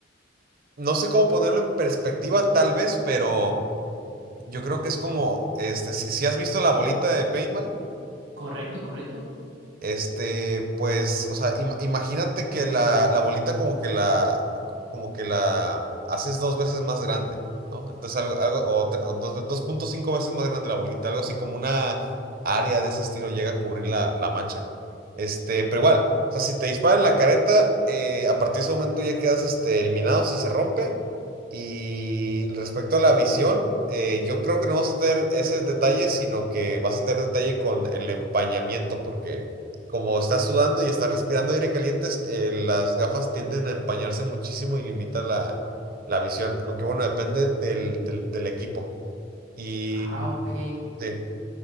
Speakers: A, on the right; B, on the right.
A: no sé cómo ponerlo en perspectiva tal vez, pero... Yo creo que es como, este, si, si has visto la bolita de paintball,
B: Correcto, correcto.
A: este, pues, o sea, im- imagínate que la, la bolita como que la, como que la haces dos veces más grande, ¿no? Entonces algo, algo, o, tre- o dos- 2.5 veces más grande la bolita, algo así como una área de ese estilo llega a cubrir la, la mancha. Este, pero igual, o sea, si te disparan en la careta, eh, a partir de ese momento ya quedas, este, eliminado si se rompe. Y respecto a la visión, eh, yo creo que no vas a tener ese detalle, sino que vas a tener detalle con el empañamiento, porque como estás sudando y estás respirando aire caliente, este, eh, las gafas tienden a empañarse muchísimo y limita la, la visión. Aunque bueno, depende del, del, del equipo. Y
B: Ah, ok.
A: sí.